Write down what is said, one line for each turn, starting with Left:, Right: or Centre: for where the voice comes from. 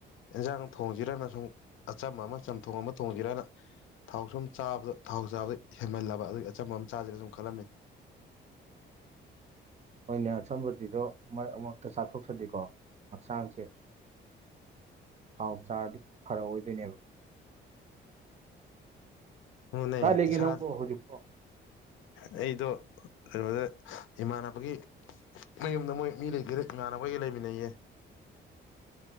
Left: ꯏꯟꯁꯥꯡ ꯊꯣꯡꯁꯤꯔꯅ ꯁꯨꯝ ꯑꯆꯝꯕ ꯑꯃ ꯆꯝꯊꯣꯡ ꯑꯃ ꯊꯣꯡꯒꯔꯅ ꯊꯥꯎ ꯁꯨꯝ ꯆꯥꯕꯗ ꯊꯥꯎ ꯆꯥꯕꯗ ꯍꯦꯟꯃꯜꯂꯕ ꯑꯗꯨꯒꯤ ꯑꯆꯝꯕ ꯑꯃ ꯆꯥꯗ꯭ꯔꯦꯅ ꯁꯨꯝ ꯈꯜꯂꯝꯃꯤ
Right: ꯑꯣꯏꯅ ꯑꯝꯕꯗꯤꯗꯣ ꯃꯔꯛ ꯃꯔꯛꯇ ꯆꯥꯊꯣꯛꯊꯗꯦꯀꯣ ꯍꯛꯆꯥꯡꯁꯦ ꯊꯥꯎ ꯆꯥꯔꯗꯤ ꯐꯔꯛꯑꯣꯏꯗꯣꯏꯅꯦꯕ
Left: ꯍꯨꯅꯦ
Right: ꯀꯥꯏ ꯂꯩꯒꯦ
Left: ꯏꯁꯥ
Right: ꯅꯪꯕꯨ ꯍꯧꯖꯤꯛꯄꯣ
Left: ꯑꯩꯗꯣ ꯀꯩꯅꯣꯗ ꯏꯃꯥꯟꯅꯕꯒꯤ ꯃꯌꯨꯝꯗ ꯃꯣꯏ ꯃꯤ ꯂꯩꯒꯗ ꯏꯃꯥꯟꯅꯕꯒ ꯂꯩꯃꯤꯟꯅꯩꯌꯦ